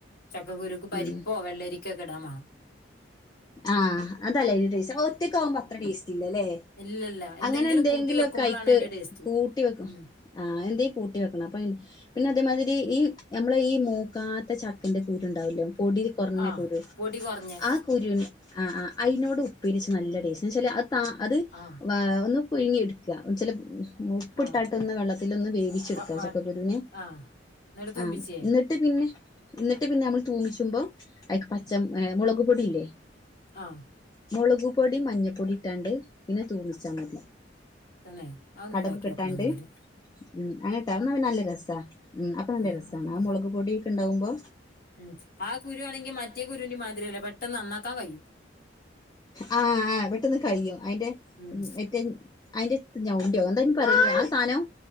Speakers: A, on the left; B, on the left.
A: ചക്കക്കുരുക്ക് പരിപ്പോ
B: ഉം
A: വെള്ളരിക്കേ ഒക്കെ ഇടാൻ മാണം.
B: ആഹ് അതല്ലേ അയ്ൻ്റെ ടേസ്റ്റ് അ ഒറ്റക്കാവുമ്പോ അത്ര ടേസ്റ്റ്ല്ല ല്ലേ.
A: ഇല്ലല്ല എന്തെങ്കിലും
B: അങ്ങനെ എന്തേങ്കിലുംക്ക
A: കൂട്ടി വെക്കുമ്പളാണ്
B: അയിക്ക്
A: അയിന്റെ ടേസ്റ്റ്
B: കൂട്ടി വെക്കും
A: ഉം
B: ആഹ് എന്തേം കൂട്ടി വെക്കണം അപ്പൊ അയിൻ്റെ പിന്നെ അതേമാതിരി ഈ ഞമ്മളെ ഈ മൂക്കാത്ത ചക്കന്റെ കുരു ണ്ടാവൊല്ലോ. പൊടി കൊറ്ഞ്ഞ
A: ആഹ്
B: കുരു.
A: പൊടി കൊറ്ഞ്ഞെ.
B: ആ കുരൂന്, ആഹ് ആഹ് അയ്നോട് ഉപ്പേര്യെച്ചാ നല്ല ടേസ്റ്റാ. എന്താച്ചാല് അത് താ അത്
A: ആഹ്
B: വാ ഒന്ന് പുഴുങ്ങിയെടുക്കാ എന്ന്വെച്ചാല് ഉപ്പിട്ടാട്ടൊന്ന്
A: ആഹ്
B: വെള്ളത്തിലൊന്ന് വേവിച്ചെടുക്കാ
A: വ വ
B: ചക്കക്കുരൂനെ.
A: ആഹ് ന്നട്ട് തൂമ്പിച്ചേ
B: ആഹ്. ന്ന് ട്ട് പിന്നെ ഇന്നട്ട് പിന്നെ നമ്മൾ തൂമിച്ചുമ്പോ അയിക്ക് പച്ചം, ഏഹ് മുളക് പൊടിയില്ലേ?
A: ആഹ്.
B: മുളക് പൊടിം മഞ്ഞപ്പൊടി ഇട്ടാണ്ട് പിന്നെ തൂമിച്ചാ മതി.
A: തന്നെ. അതൊന്ന്
B: കടുകൊക്കെ
A: ഇണ്ടാക്കിയോക്കണം
B: ഇട്ടാണ്ട്
A: ഇന്നാല്.
B: ഉം അങ്ങനെ ഇട്ടാ ഇന്നാ പിന്നെ നല്ല രസാ. ഉം അപ്പൊ നല്ല
A: ആഹ്
B: രസാണ്
A: ആഹ് ആഹ്
B: ആ മുളക് പൊടിയൊക്കെണ്ടാവുമ്പോ.
A: ഉം. ആ കുരു ആണെങ്കി മറ്റേ കുരുവിന്റെ മാതിരി അല്ല പെട്ടെന്ന് നന്നാക്കാൻ കയും.
B: ആഹ് ആഹ് പെട്ടെന്ന് കയ്യും. അയിന്റെ
A: ഉം
B: മറ്റേ അയിന്റെ എത്ത ഞൗണ്ടിയോ എന്താ അയ്ന് പറയെല് ആ സാനം